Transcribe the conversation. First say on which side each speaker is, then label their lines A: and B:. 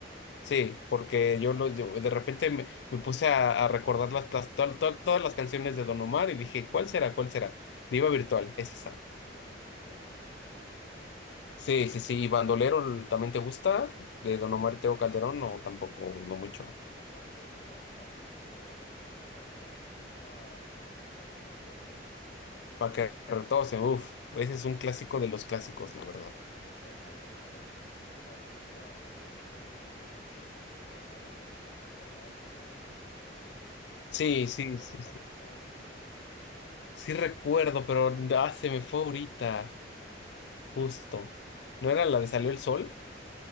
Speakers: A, on the left; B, on the left.
A: Sí, porque yo, lo, yo de repente me, me puse a, a recordar las, las- todas todas- todas las canciones de Don Omar y dije, ¿cuál será? ¿Cuál será? Diva Virtual, es esa.
B: Ese es un temón, ese es un temón.
A: Sí, sí, sí. ¿Y Bandolero también te gusta? ¿De Don Omar y Tego Calderón? No, tampoco, no mucho.
B: Ban- bandolero no tanto, pero de Tego Calderón está, por ejemplo, Pa' que retosen.
A: Pa' que Paquetarrotos, uff, ese es un clásico de los clásicos, la verdad.
B: Y después hay otro clásico que es muy parecido a Pa' que retosen, que también eh, no me acuerdo el nombre, pero seguro sabe cuál es el que te digo. Que son,
A: Sí, sí,
B: son dos
A: sí,
B: clásicos,
A: sí.
B: bien clásicos.
A: Sí recuerdo, pero ah, se me fue ahorita, justo. ¿No era la de Salió el Sol?